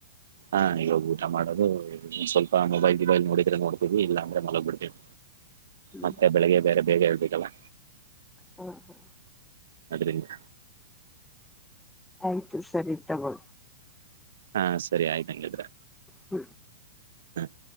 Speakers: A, on the right; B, in the centre.
A: ಹಾ ಇವಾಗ್ ಊಟ ಮಾಡೋದು ಸ್ವಲ್ಪ ಮೊಬೈಲ್ ಗಿಬೈಲ್ ನೋಡಿದ್ರೆ ನೋಡ್ ತಿವಿ ಇಲ್ಲ ಅಂದ್ರೆ ಮಲಗ್ ಬಿಡ್ತಿವಿ
B: ಹ್ಮ್
A: ಮತ್ತೆ ಬೆಳಿಗ್ಗೆ ಬೇರೆ ಬೇಗ ಹೇಳ್ಬೇಕಲ್ಲ
B: ಹ್ಮ ಹ್ಮ
A: ಅದ್ರಿಂದ
B: ಆಯ್ತು ಸರಿ ತಗೋ
A: ಹಾ ಸರಿ ಆಯ್ತುಂಗಿದ್ರೆ
B: ಹ್ಮ್.
A: ಹ್ಮ್